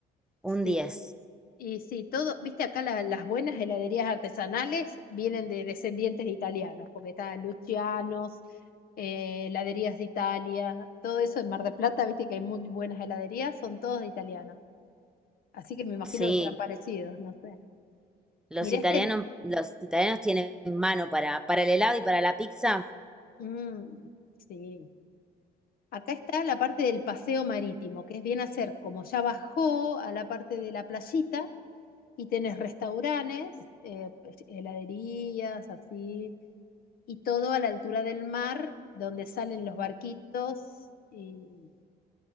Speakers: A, in the centre; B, on the left.
A: un
B: Sí,
A: 10.
B: y sí, todo, viste acá la- las buenas heladerías artesanales vienen de descendientes de italianos, porque está Lucianos, eh, heladerías de Italia, todo eso en Mar del Plata, viste que hay muy buenas heladerías, son todos de italianos. Así que me imagino
A: Sí.
B: que serán parecidos, no sé.
A: Los
B: Mirá
A: italianos,
B: este,
A: los italianos tienen mano para, para el helado y para la pizza.
B: mm, sí, Acá está la parte del paseo marítimo, que es bien hacer como ya bajó a la parte de la playita y tenés restaurantes, eh, pues, heladerías, así, y todo a la altura del mar, donde salen los barquitos, y